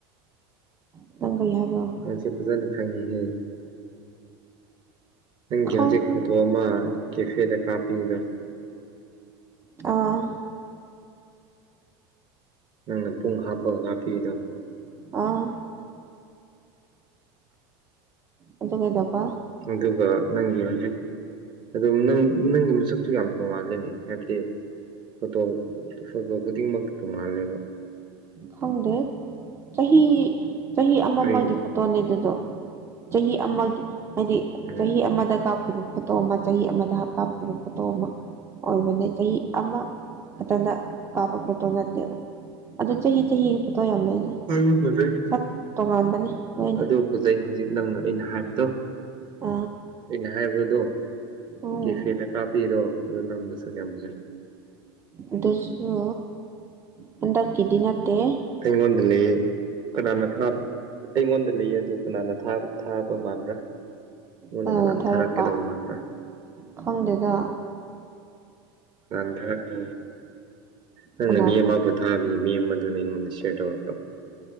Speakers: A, on the right; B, on the right.
A: ꯈꯤꯇꯪ <inaudible> ꯀꯩ ꯍꯥꯏꯕ꯭ꯔꯣ
B: ꯅꯪꯁꯤ ꯐꯖꯅ ꯈꯪꯉꯤꯍꯦ ꯅꯪꯒꯤ
A: ꯈꯪ
B: ꯍꯧꯖꯤꯛ ꯐꯣꯇꯣ ꯑꯃ ꯀꯦꯐꯦꯗ ꯀꯥꯞꯄꯤꯗꯣ
A: ꯑꯥ
B: ꯅꯪꯅ ꯄꯨꯡ ꯍꯥꯞꯄꯒ ꯀꯥꯞꯄꯤꯗꯣ
A: ꯑꯥ ꯑꯗꯨ ꯀꯩꯗꯧꯕ
B: ꯑꯗꯨꯒ ꯅꯪꯒꯤ ꯍꯧꯖꯤꯛ ꯑꯗꯨ ꯅꯪ ꯅꯪꯒꯤ ꯃꯁꯛꯇꯨ ꯌꯥꯝ ꯇꯣꯡꯉꯥꯜꯂꯤꯅꯦ ꯍꯥꯏꯕꯗꯤ ꯐꯣꯇꯣ ꯐꯣꯇꯣ ꯈꯨꯗꯤꯡꯃꯛ ꯇꯣꯡꯉꯥꯜꯂꯦꯕ
A: ꯈꯪꯗꯦ ꯆꯍꯤ ꯆꯍꯤ ꯑꯃ
B: ꯑꯩ
A: ꯑꯃꯒꯤ ꯐꯣꯇꯣꯅꯦ ꯑꯗꯨꯗꯣ ꯆꯍꯤ ꯑꯃꯒꯤ ꯍꯥꯏꯗꯤ
B: ꯎꯝ
A: ꯆꯍꯤ ꯑꯃꯗ ꯀꯥꯞꯈꯤꯕ ꯐꯣꯇꯣ ꯑꯃ ꯆꯍꯤ ꯑꯃꯗ ꯀꯥꯞꯄꯤꯕ ꯐꯣꯇꯣ ꯑꯃ ꯑꯣꯏꯕꯅꯦ ꯆꯍꯤ ꯑꯃ ꯃꯊꯥꯟꯗ ꯀꯥꯞꯄ ꯐꯣꯠꯇꯣ ꯅꯠꯇꯦꯕ ꯑꯗꯨ ꯆꯍꯤ ꯆꯍꯤꯒꯤ ꯐꯣꯇꯣ ꯌꯥꯝ ꯂꯩꯗ
B: ꯍꯥꯏꯕ ꯐꯖꯩ
A: ꯁꯛ ꯇꯣꯉꯥꯟꯕꯅꯦ ꯂꯣꯏꯅ
B: ꯑꯗꯨ ꯐꯖꯩ ꯍꯧꯖꯤꯛ ꯅꯪꯅ ꯑꯩꯅ ꯍꯥꯏꯕꯗꯣ
A: ꯑ
B: ꯑꯩꯅ ꯍꯥꯏꯕꯗꯣ
A: ꯎꯝ
B: ꯀꯦꯐꯦꯗ ꯀꯥꯞꯄꯤꯗꯣ ꯑꯗꯨ ꯅꯪꯅꯁꯨ ꯌꯥꯝ ꯐꯖꯩ
A: ꯑꯗꯨꯁꯨ ꯍꯟꯗꯛꯀꯤꯗꯤ ꯅꯠꯇꯦ
B: ꯑꯩꯉꯣꯡꯗ ꯂꯩꯌꯦ ꯀꯅꯥꯅ ꯊꯥꯕ ꯑꯩꯉꯣꯟꯗ ꯂꯩꯌꯦ ꯑꯗꯨ ꯀꯅꯥꯅ ꯊꯥꯕ ꯃꯥꯟꯕ꯭ꯔꯥ ꯑꯩꯉꯣꯟꯗ
A: ꯀꯅꯅꯥ
B: ꯀꯅꯥꯅ
A: ꯊꯥꯔꯛꯄ
B: ꯊꯥꯔꯛꯀꯗꯧꯕ ꯃꯥꯟꯕ꯭ꯔꯥ
A: ꯈꯪꯗꯦꯗ
B: ꯂꯥꯡꯊꯥꯛ ꯀꯅꯤ ꯅꯪꯅ
A: ꯀꯅꯥ
B: ꯃꯤ
A: ꯈꯪ
B: ꯑꯃꯕꯨ ꯊꯥꯈꯤꯕ ꯃꯤ ꯑꯃꯗꯨꯅ ꯑꯩꯉꯣꯟꯗ ꯁꯦꯌꯔ ꯇꯧꯔꯛꯄ